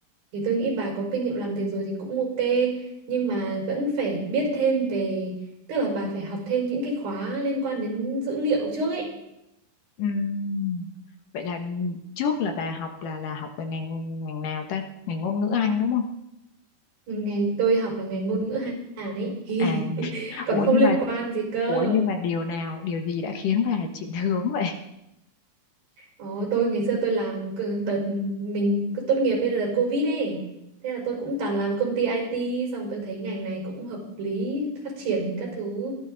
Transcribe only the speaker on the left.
Ừm, vậy là trước là bà học là là học về ngành ngành nào ta ngành ngôn ngữ Anh đúng không
à <laughs>
ủa
nhưng
mà
ủa nhưng mà điều nào điều gì đã khiến bà <laughs> chuyển hướng vậy